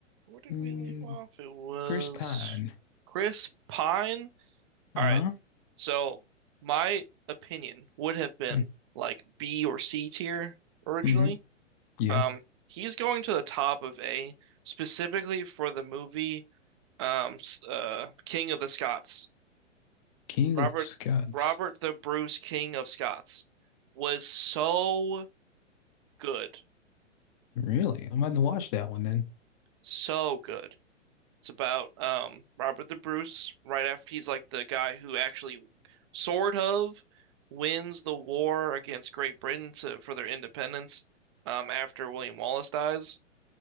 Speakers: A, on the right; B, on the left.
A: Where did
B: Mm,
A: we leave off? It was
B: Chris Pine.
A: Chris Pine.
B: Uh-huh.
A: All right. So my opinion would have been
B: Mm,
A: like B or C tier originally.
B: Mm-hmm. Yeah.
A: Um, he's going to the top of A specifically for the movie um uh King of the Scots.
B: King
A: Robert
B: of the Scots.
A: Robert the Bruce King of Scots was so good.
B: Really? I'm going to watch that one then.
A: So good. It's about um Robert the Bruce right after he's like the guy who actually sort of wins the war against Great Britain to for their independence um after William Wallace dies